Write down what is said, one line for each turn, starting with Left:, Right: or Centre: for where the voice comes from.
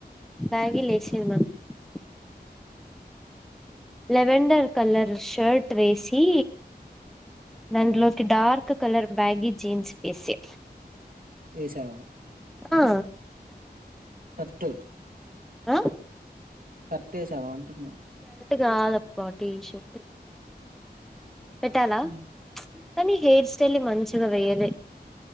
Centre: బ్యగిలే <unintelligible> లెవెండర్ కలర్ షర్ట్ వేసి దాంట్లోకి
Right: ఆ
Centre: డార్క్ కలర్ బ్యాగీ జీన్స్ పీసే
Right: ఏసావ
Centre: ఆ
Right: షర్టు
Centre: ఆ
Right: షర్టు వేసావా అంటున్న
Centre: కాదు అప్ప టీషర్ట్ పెట్టాలా
Right: ఉమ్
Centre: కానీ హెయిర్ స్టైలే మంచిగా వేయాలే